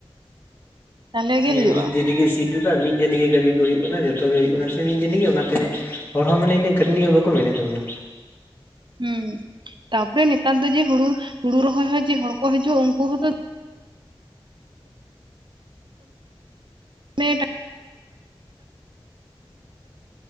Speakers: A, on the right; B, on the left.
A: ᱛᱟᱦᱚᱞᱮ ᱜᱮ
B: ᱦᱮᱸ
A: ᱦᱩᱭᱩᱜᱼᱟ
B: ᱢᱤᱫ ᱫᱤᱱ ᱨᱮᱜᱮ ᱥᱤᱴ ᱡᱚᱞᱟ ᱢᱤᱫ ᱫᱤᱱᱜᱮ ᱠᱟᱹᱢᱤ ᱠᱚ ᱦᱩᱭᱩᱜ ᱠᱟᱱᱟ ᱡᱚᱛᱚ ᱜᱮ ᱦᱩᱭᱩᱜ ᱠᱟᱱᱟ ᱥᱮ ᱢᱤᱫ ᱫᱤᱱ ᱨᱮᱜᱮ ᱚᱱᱟᱛᱮ ᱦᱚᱲ ᱦᱚᱸ ᱢᱟᱱᱮ ᱤᱱᱟᱹᱜ ᱠᱷᱴᱱᱤ ᱦᱚᱸ ᱵᱟ ᱠᱚ ᱢᱮᱱᱮᱫ ᱛᱟᱵᱚᱱᱟ
A: ᱦᱩᱸ ᱛᱟᱯᱚᱨᱮ ᱱᱮᱛᱟᱨ ᱫᱚ ᱡᱮ ᱦᱩᱲᱩ ᱦᱩᱲᱩ ᱨᱚᱦᱚᱭ ᱦᱚᱸ ᱡᱮ ᱦᱚᱲ ᱠᱚ ᱦᱤᱡᱩᱜᱼᱟ ᱩᱱᱠᱩ ᱦᱚᱸᱛᱚ ᱢᱮ <unintelligible>